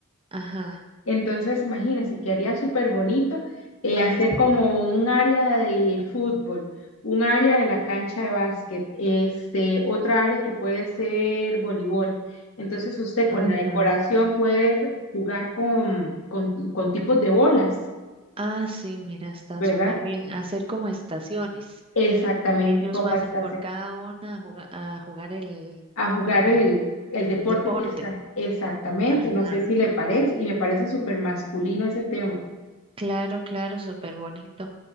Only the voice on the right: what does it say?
Ajá.
Ah,
sí.
Ajá.
Ah, sí, mira, está
súper bien. Hacer como estaciones.
que ellos
pasen
por cada una a juga- a jugar, el,
el
deporte.
Ajá.
Claro, claro, súper bonito.